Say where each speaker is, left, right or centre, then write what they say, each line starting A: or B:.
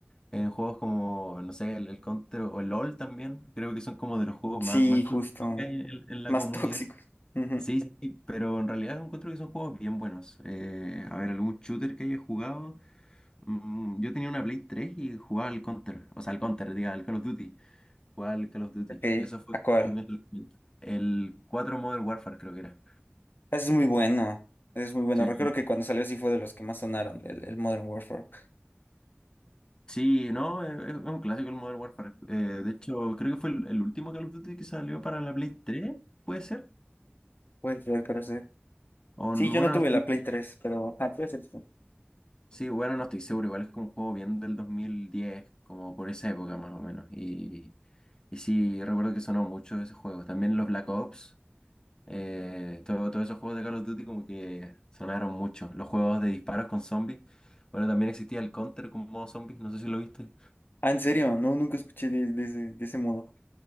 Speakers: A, on the left; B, on the left.
A: En juegos como, no sé, el, el Counter o el LOL también, creo que son como de los juegos
B: Sí,
A: más, más
B: justo.
A: tóxicos que hay en, en la
B: Más
A: comunidad.
B: <laughs> tóxicos. Ujú,
A: Sí, sí, sí, pero en realidad encuentro que son juegos bien buenos. Eh, a ver, algún shooter que haya jugado. Mm, yo tenía una Play 3 y jugaba al Counter, o sea, al Counter, diga, al Call of Duty. Jugaba al Call of Duty.
B: Ok,
A: Eso fue
B: ¿a cuál?
A: como mi adolescencia. El 4 Modern Warfare creo que era.
B: Ese es muy bueno. Ese es muy bueno.
A: Sí,
B: Recuerdo
A: sí.
B: que cuando salió sí fue de los que más sonaron, el, el Modern Warfare.
A: Sí, no, es, es un clásico el Modern Warfare. Eh, de hecho, creo que fue el, el último Call of Duty que salió para la Play 3, ¿puede ser?
B: Puede ser, pero sí.
A: O,
B: Sí,
A: n-
B: yo
A: bueno,
B: no tuve
A: no estoy,
B: la Play 3, pero... Ah, puede ser, sí.
A: sí, bueno, no estoy seguro. Igual es como un juego bien del 2010, como por esa época más o menos. Y, y sí, recuerdo que sonó mucho ese juego. También los Black Ops. Eh, todo- todos esos juegos de Call of Duty como que sonaron mucho. Los juegos de disparos con zombies. Bueno, también existía el Counter con modo zombies, no sé si lo viste.
B: Ah, ¿en serio? No, nunca escuché de, de ese, de ese modo.